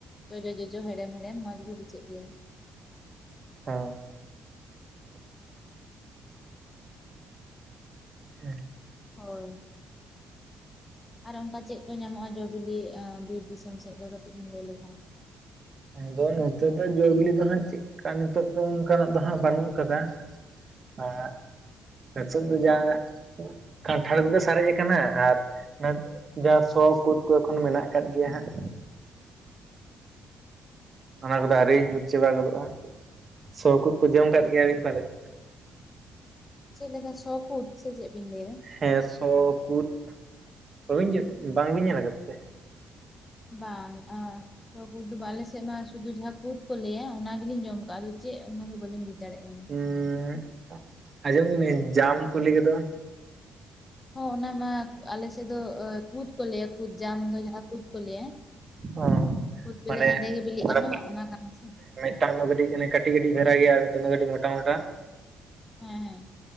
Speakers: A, on the left; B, on the right.
A: ᱡᱚᱡᱚ-ᱡᱚᱡᱚ ᱦᱮᱲᱮᱢ-ᱦᱮᱲᱮᱢ ᱢᱚᱸᱡᱽ ᱜᱮ ᱵᱩᱡᱷᱟᱹᱜ ᱜᱮᱭᱟ᱾
B: ᱦᱮᱸ᱾ ᱦᱮᱸ᱾
A: ᱦᱳᱭ᱾ ᱟᱨ ᱚᱱᱠᱟ ᱪᱮᱫ ᱠᱚ ᱧᱟᱢᱚᱜᱼᱟ ᱡᱚᱼᱵᱤᱞᱤ ᱟᱸ ᱵᱤᱨ ᱫᱤᱥᱚᱢ ᱥᱮᱫ ᱫᱚ ᱠᱟᱹᱴᱤᱡ ᱵᱤᱱ ᱞᱟᱹᱭ ᱞᱮᱠᱷᱟᱱ᱾
B: ᱟᱫᱚ ᱱᱚᱛᱚᱜ ᱫᱚ ᱡᱚ ᱵᱤᱞᱤ ᱫᱚᱦᱟᱸᱜ ᱪᱮᱫᱠᱟ ᱱᱤᱛᱚᱜ ᱫᱚ ᱚᱱᱠᱟᱱᱟᱜ ᱫᱚ ᱦᱟᱸᱜ ᱵᱟᱹᱱᱩᱜ ᱟᱠᱟᱫᱟ᱾ <unintelligible> ᱱᱤᱛᱚᱜ ᱫᱚ ᱡᱟ ᱠᱟᱱᱴᱷᱟᱲ ᱠᱚᱜᱮ ᱥᱟᱨᱮᱡ ᱟᱠᱟᱱᱟ ᱟᱨ ᱡᱟᱦᱟᱸ ᱥᱚ ᱠᱩᱫᱽ ᱠᱚ ᱮᱠᱷᱚᱱ ᱢᱮᱱᱟᱜ ᱟᱠᱟᱫ ᱜᱮᱭᱟ ᱦᱟᱸᱜ᱾ ᱚᱱᱟ ᱠᱚᱫᱚ ᱟᱣᱨᱤ ᱧᱩᱨ ᱪᱟᱵᱟ ᱜᱚᱫᱚᱜᱼᱟ᱾ ᱥᱚ ᱠᱩᱫᱽ ᱠᱚ ᱡᱚᱢ ᱟᱠᱟᱫ ᱜᱮᱭᱟᱵᱤᱱ ᱯᱟᱞᱮᱫ?
A: ᱪᱮᱫ ᱞᱮᱠᱟ ᱥᱚ ᱠᱩᱫᱽ ᱥᱮ ᱪᱮᱫ ᱵᱤᱱ ᱞᱟᱹᱭᱮᱫᱟ?
B: ᱦᱮᱸ ᱥᱚ ᱠᱩᱫᱽ ᱵᱟᱵᱤᱱ ᱡᱚ ᱵᱟᱝᱵᱤᱱ ᱧᱮᱞ ᱟᱠᱟᱫ ᱛᱮ?
A: ᱵᱟᱝ ᱟ᱾ ᱥᱚ ᱠᱩᱫᱽ ᱫᱚ ᱵᱟ᱾ ᱟᱞᱮᱥᱮᱫ ᱢᱟ ᱥᱩᱫᱷᱩ ᱡᱟᱦᱟᱸ ᱠᱩᱫᱽ ᱠᱚ ᱞᱟᱹᱭᱟ ᱚᱱᱟᱜᱮᱞᱤᱧ ᱡᱚᱢ ᱟᱠᱟᱜᱼᱟ ᱟᱫᱚ ᱪᱮᱫ ᱚᱱᱟ ᱵᱟᱞᱤᱧ ᱵᱩᱡ ᱫᱟᱲᱮᱜ ᱠᱟᱱᱟ᱾
B: ᱩᱸᱜ ᱟᱸᱡᱚᱢ ᱠᱟᱹᱱᱟᱹᱧ ᱡᱟᱢ ᱠᱚ ᱞᱟᱹᱭ ᱜᱮᱫᱚ᱾
A: ᱦᱚᱸ ᱚᱱᱟᱢᱟ ᱟᱞᱮᱥᱮᱫ ᱫᱚ ᱚ ᱠᱩᱫᱽ ᱠᱚ ᱞᱟᱹᱭᱟ ᱠᱩᱫᱽ ᱡᱟᱢ ᱫᱚ ᱡᱟᱦᱟᱸ ᱠᱩᱫ ᱠᱚ ᱞᱟᱹᱭᱟ᱾
B: ᱚ
A: ᱠᱩᱫᱽ ᱵᱮᱞᱮ
B: ᱢᱟᱱᱮ
A: ᱦᱮᱸᱫᱮ ᱜᱮ ᱵᱤᱞᱤᱜᱼᱟ
B: ᱢᱟᱱᱮ ᱵᱟᱨ
A: ᱱᱚ ᱚᱱᱟ ᱠᱟᱱᱟ ᱥᱮ᱾
B: ᱢᱤᱫᱴᱟᱝ ᱫᱚ ᱠᱟᱹᱴᱤᱡ ᱚᱱᱮ ᱠᱟᱴᱤᱡ ᱠᱟᱴᱤᱡ ᱫᱷᱟᱨᱟ ᱜᱮᱭᱟ ᱟᱨ ᱢᱤᱫᱴᱟᱝ ᱫᱚ ᱠᱟᱹᱴᱤᱡ ᱢᱚᱴᱟ ᱢᱚᱴᱟ
A: ᱦᱮᱸ